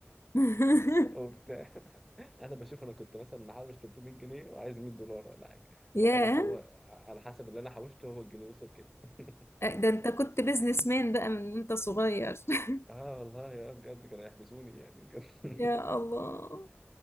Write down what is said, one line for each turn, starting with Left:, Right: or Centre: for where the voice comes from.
Left: <laughs>
Centre: وبتاع <laughs> انا بشوف انا كنت مثلا محوش 300 جنيه وعايز 100 دولار ولا حاجه
Left: ياه
Centre: فخلاص هو على حسب اللي انا حوشته هو الجنيه وصل كده <laughs>
Left: ده انت كنت بيزنس مان بقى من انت صغير <laughs>
Centre: اه والله يا بجد كانوا يحبسوني يعني بجد
Left: يا
Centre: <laughs>
Left: الله